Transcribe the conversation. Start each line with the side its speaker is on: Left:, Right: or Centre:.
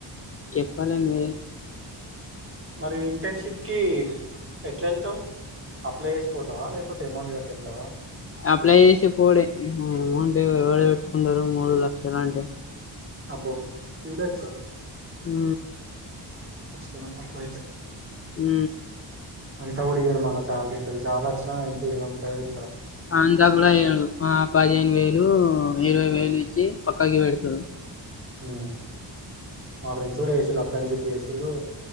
Left: చెప్పాలె మీ
Right: మరి ఇంటర్న్షిప్ కి ఎట్లేళ్తవు? అప్లై చేసి పోతవా లేపోతే అమౌంట్ కట్టి ఎళ్తావా.
Left: అప్లై చేసి పోవుడే, అమౌంట్ ఎవరు పెట్టుకుంటరు మూడులక్షలు అంటే.
Right: అబ్బో థ్రిలాక్స్ ఆ.
Left: ఆ
Right: కష్టమే అట్లయితే.
Left: హ్
Right: అంతకుడియరు మళ్ళా సాలరీ ఒకవేళ జాబ్ అచ్చినా ఎంత ఇరవై ముప్పైవేలు.
Left: అంతా కూడఇయరు. ఆ పదిహేను వేలు ఇరవై వేలు ఇ చ్చి పక్కకి పెడతరు.
Right: ఆ మా ఫ్రెండ్స్ కూడాచేసిళ్ళు అప్రెంటిస్‌షిప్ చేసిళ్ళు